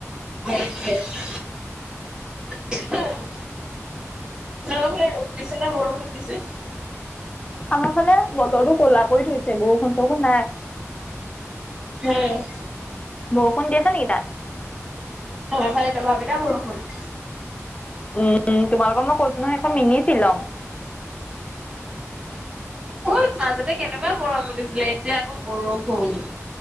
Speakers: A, on the right; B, on the left.
A: <unintelligible> থিচাও, চাৰিওফালে ৰ'দ দিছে নে বৰষুণ দিছে?
B: আমাৰ ফালে বতৰতো ক'লা কৰি থৈছে। বৰষুণ- চৰষুণ নাই।
A: উম।
B: বৰষুণ দি আছে নেকি তাত?
A: আমাৰফালে ডবা- পিতা বৰষুণ।
B: উম, উম্ তোমালোকক মই কৈছো নহয়, সেইখন মিনি ছিলঙ।
A: ঐ, মাজতে কেনেকুৱা গৰম দিছিলে, এতিয়া আকৌ বৰষুণ,